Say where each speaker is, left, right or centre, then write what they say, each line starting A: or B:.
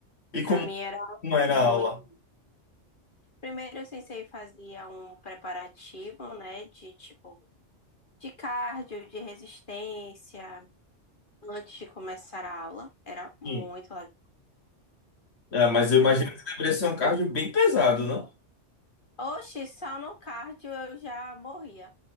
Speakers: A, on the left; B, on the left.
A: E
B: Pra
A: como,
B: mim era
A: como era
B: muito.
A: a aula?
B: Primeiro o sensei fazia um preparativo, né, de tipo de cardio, de resistência, antes de começar a aula. Era muito
A: Sim.
B: legal.
A: É, mas eu imagino
B: E,
A: que deveria ser um cardio bem pesado, não?
B: oxe, só no cardio eu já morria.